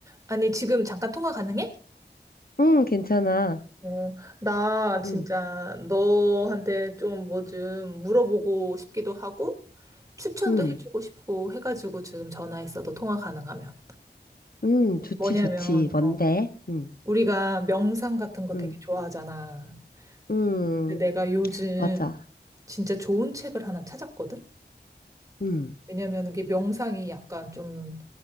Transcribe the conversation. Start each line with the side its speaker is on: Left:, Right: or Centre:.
Right: 아니, 지금 잠깐 통화 가능해?
Left: 응, 괜찮아.
Right: 어, 나 진짜
Left: 응,
Right: 너한테 좀 뭐 좀 물어보고 싶기도 하고, 추천도
Left: 응,
Right: 해주고 싶고 해가지고 지금 전화했어. 너 통화 가능하면.
Left: 응, 좋지,
Right: 뭐냐면,
Left: 좋지. 뭔데?
Right: 어,
Left: 응,
Right: 우리가 명상 같은 거
Left: 응,
Right: 되게 좋아하잖아.
Left: 응,
Right: 근데 내가 요즘
Left: 맞아.
Right: 진짜 좋은 책을 하나 찾았거든?
Left: 응,
Right: 왜냐면 이게 명상이 약간 좀